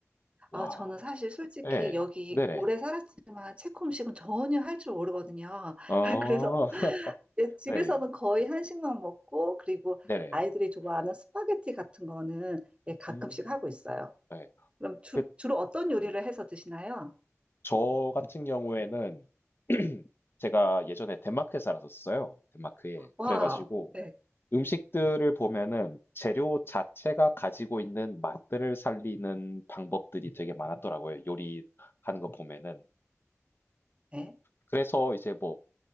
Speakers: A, on the left; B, on the right.
A: 와.
B: 아, 저는 사실 솔직히
A: 예.
B: 여기
A: 네네.
B: 오래 살았지만 체코 음식은 전혀 할 줄 모르거든요.
A: 아.
B: <laughs> 그래서
A: <laughs>
B: 예, 집에서는
A: 네.
B: 거의 한식만 먹고 그리고
A: 네네.
B: 아이들이 좋아하는 스파게티 같은 거는 예, 가끔씩
A: 음.
B: 하고 있어요.
A: 네.
B: 그럼 주,
A: 그
B: 주로 어떤 요리를 해서 드시나요?
A: 저 같은 경우에는 <clears throat> 제가 예전에 덴마크에 살았었어요. 덴마크에.
B: 와우.
A: 그래가지고
B: 네,
A: 음식들을 보면은 재료 자체가 가지고 있는 맛들을 살리는 방법들이 되게 많았더라고요. 요리하는 거 보면은.
B: 네,
A: 그래서 이제 뭐